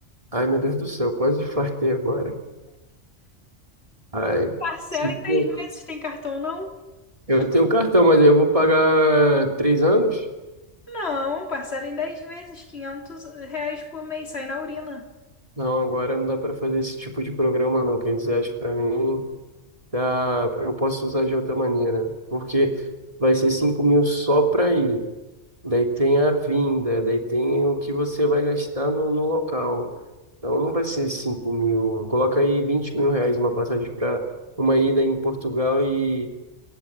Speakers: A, on the right (about 30°); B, on the left (about 60°).
A: Ai, meu Deus do céu, quase fartei agora. Ai,
B: Parcela
A: se
B: em três
A: tem-
B: meses, tem cartão, não?
A: eu tenho cartão, mas eu vou pagar três anos?
B: Não, parcela em 10 vezes, quinhentos reais por mês, sai na urina.
A: Não, agora não dá para fazer esse tipo de programa, não. 500 reais para mim Tá, eu posso usar de outra maneira, porque vai ser cinco mil só para ir, daí tem a vinda, daí tem o que você vai gastar no, no local. Então não vai ser cinco mil, coloca aí vinte mil reais uma passagem para uma ida em Portugal e,